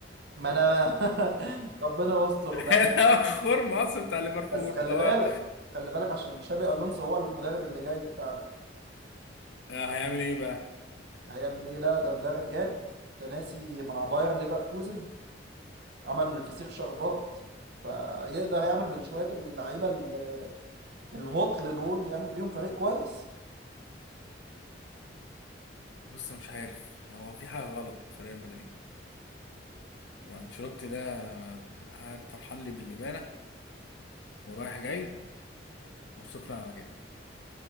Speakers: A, on the right; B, on the left.
A: ما انا <laughs> ربنا يستر بقى
B: اللي هو الخرم اصلا بتاع ليفربول
A: بس خلي
B: اللي هو
A: بالك خلي بالك عشان شابي الونسو هو المدرب اللي جاي بتاعنا
B: آه، هيعمل ايه بقى
A: هيعمل ايه لا ده مدرب جامد تناسي مع بايرن ليفركوزن عمل من الفسيخ شربات فيقدر يعمل من شوية اللعيبة ال- الهطل دول يعمل بيهم فريق كويس
B: بص مش عارف هو في حاجه غلط في ريال مدريد وانشيلوتي ده آه، قاعد فرحان لي باللبانه ورايح جاي وشكرا على كده